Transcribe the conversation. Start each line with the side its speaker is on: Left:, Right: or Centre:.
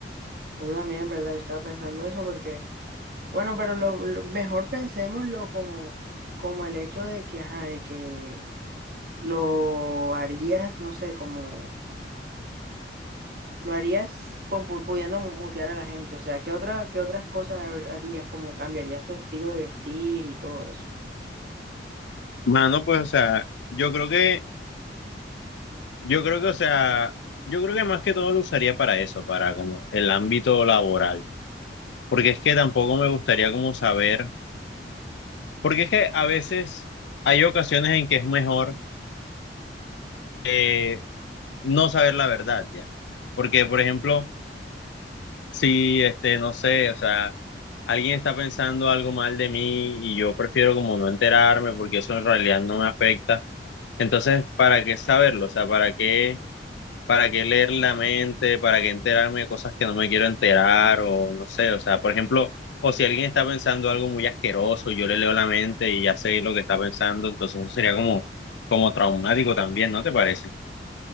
Right: Yo también, en ¿verdad? Yo estaba pensando eso porque, bueno, pero lo, lo- mejor pensémoslo como, como el hecho de que, ajá, de que lo harías, no sé, como lo harías con, pu- pudiendo mutear a la gente. O sea, ¿qué otra, qué otras cosas har- harías? Como cambiarías tu estilo de vestir y todo eso.
Left: Mano, pues, o sea, yo creo que, yo creo que, o sea, yo creo que más que todo lo usaría para eso, para como el ámbito laboral. Porque es que tampoco me gustaría como saber, porque es que a veces hay ocasiones en que es mejor eh, no saber la verdad ya. Porque, por ejemplo, si, este, no sé, o sea, alguien está pensando algo mal de mí y yo prefiero como no enterarme porque eso en realidad no me afecta. Entonces, ¿para qué saberlo? O sea, ¿para qué, para qué leer la mente? ¿Para qué enterarme de cosas que no me quiero enterar? O no sé, o sea, por ejemplo, o si alguien está pensando algo muy asqueroso, y yo le leo la mente y ya sé lo que está pensando, entonces eso sería como, como traumático también, ¿no te parece?